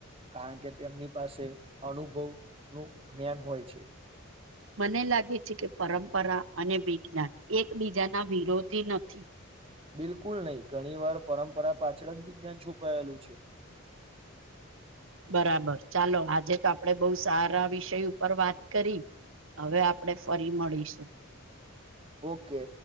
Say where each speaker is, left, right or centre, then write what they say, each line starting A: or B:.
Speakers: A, on the right; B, on the right.
A: કારણ કે તેમની પાસે અનુભવનું જ્ઞાન હોય છે.
B: મને લાગે છે કે પરંપરા અને વિજ્ઞાન એકબીજાના વિરોધી નથી.
A: બિલકુલ નહીં ઘણી વાર પરંપરા પાછળ જ વિજ્ઞાન છુપાયેલું છે.
B: <inaudible> બરાબર ચાલો આજે તો આપડે બહુ સારા વિષય ઉપર વાત કરી. હવે આપણે ફરી મળીશું.
A: ઓકે.